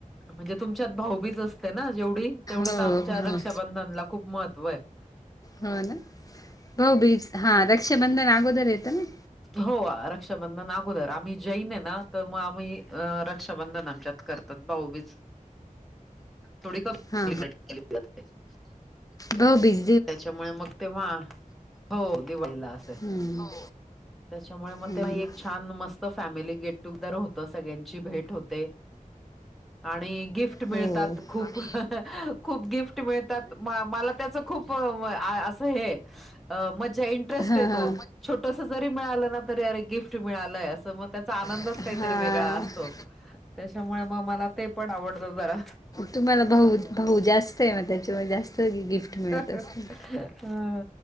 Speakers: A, in the centre; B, on the left.
A: म्हणजे तुमच्यात भाऊबीच असते ना जेवढी तेवढी
B: हो
A: आमच्या
B: हो
A: रक्षाबंधनला खूप महत्त्व हे. <unintelligible>
B: हो ना भा बीज हा रक्षा बंधन आगोदर येत ना.
A: हो रक्षाबंधन <unintelligible> अगोदर आम्ही जैन ना तर मग आम्ही रक्षाबंधन आमच्यात करतात बाऊवीज थोडी कमी
B: हा
A: <unintelligible>
B: भाऊबिज
A: त्याच्यामुळे मग तेव्हा हो दिवाळीला असतंय.
B: हम्म.
A: त्याच्यामुळे मग
B: हम्म.
A: ते एक छान मस्त फॅमिली गेट टु कदर होत सगळ्यांची भेट होते आणि गिफ्ट मिळतात
B: आणि
A: खूप ह हा खूप गिफ्ट मिळतात मला त्याचं खूप वय अस हे मजा इंटरेस्ट
B: हे
A: येतो छोट तस जरी मिळालं ना तरी अरे गिफ्ट मिळालंय असं मग त्याचा आनंदच
B: आनंदच
A: काहीतरी वेगळा असतो. त्याच्यामुळे मग मला ते पण आवडतं जरा
B: तुम्हाला भा भाऊ जास्त आहे मग त्याच्यामुळे जास्त गिफ्ट <unintelligible>
A: अ
B: असतील
A: हा